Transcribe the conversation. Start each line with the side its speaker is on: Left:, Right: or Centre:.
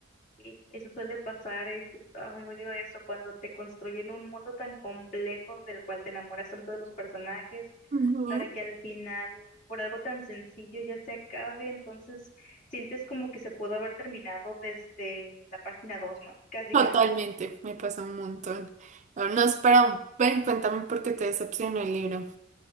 Left: Sí, eso suele pasar, es, es- ay, odio eso, cuando te construyen un mundo tan complejo del cual te enamoras tanto de los personajes
Right: Ujú.
Left: para que al final, por algo tan sencillo, ya se acabe. Entonces, sientes como que se pudo haber terminado desde la página dos ¿no? Casi,
Right: Totalmente,
Left: casi.
Right: me pasa un montón. No, no, espera, ven, cuéntame por qué te decepcionó el libro.